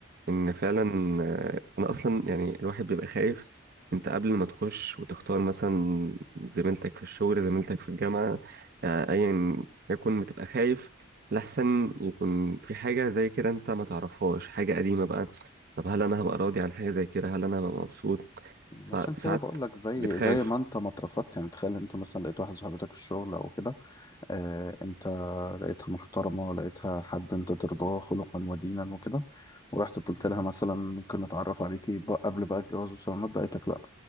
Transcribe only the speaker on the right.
ان فعلا آه، انا اصلا يعني الواحد بيبقى خايف انت قبل ما تخش وتختار مثلا زميلتك في الشغل زميلتك في الجامعة آه، ايا يكن بتبقى خايف لحسن يكون في حاجة زي كده انت ما تعرفهاش حاجة قديمة
بقى طب هل انا هبقى راضي عن حاجة زي كده هل انا هبقى مبسوط فساعات
بتخاف